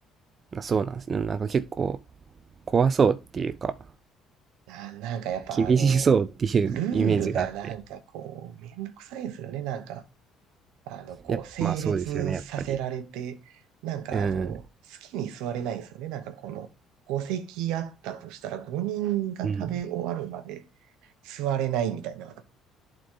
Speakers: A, on the right (about 45°); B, on the right (about 80°).
A: あ、そうなんですね。なんか結構、怖そうっていうか、
B: な、なんかやっぱあの、
A: 厳しそうっていうイメージがあって。
B: ルールがなんかこう、めんどくさいんですよね。なんか、あの、こう、
A: やっぱ、
B: 整列させられて、
A: まあそうですよね、やっぱり。
B: なんかあの、
A: うん。
B: 好きに座れないんですよね。なんかこの、5席あったとしたら5人が食べ終わるまで
A: うん。
B: 座れないみたいな、